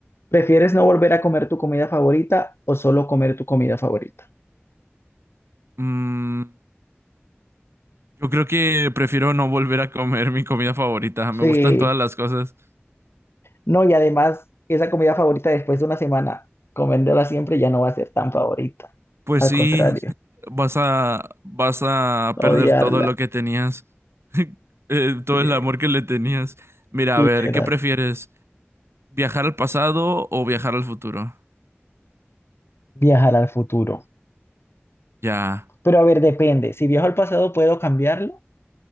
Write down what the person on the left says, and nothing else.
¿prefieres no volver a comer tu comida favorita o solo comer tu comida favorita?
Sí,
no, y además, esa comida favorita después de una semana, comiéndola siempre ya no va a ser tan favorita.
Al
contrario,
odiarla.
Sí,
literal.
Viajar al futuro.
Pero a ver, depende. Si viajo al pasado, ¿puedo cambiarlo?